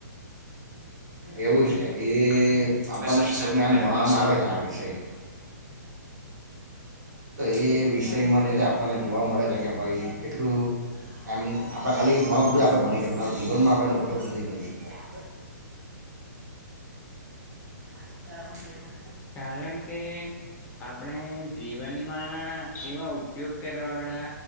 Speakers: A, on the right; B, on the left.
A: એવું છે એ આપને ભણવામાં આવે છે આ વિષય એ વિષયમાં જે આપણને જોવા મળે છે કે ભાઈ કેટલું એમ આપડ ખાલી ભણું આપ ભણીએ જીવનમાં આપ એનો ઉપયોગ નથી કરી શકતા. <unintelligible>
B: કારણ કે આપણે જીવનમાં એવા ઉપયોગ કરવા વાળા